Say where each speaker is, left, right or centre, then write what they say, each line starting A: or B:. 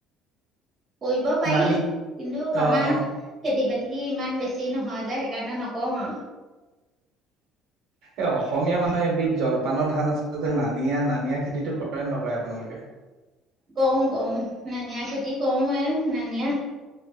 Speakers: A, on the right; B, on the right.
A: কৰিব পাৰি
B: নানি
A: কিন্তু আমাৰ
B: অ' অ'
A: খেতি বাতি টি ইমান বেছি নহয় যে সেইকাৰণে নকওঁ আউ,
B: এ অসমীয়া মানুহে এবিধ জলপানৰ ধান আছে যে নানিয়া নানিয়া খেতিতটো কৰে নকৰে। আপোনালোকে এক
A: কওঁ কওঁ নানিয়া খেতি কৰো এ নানিয়া।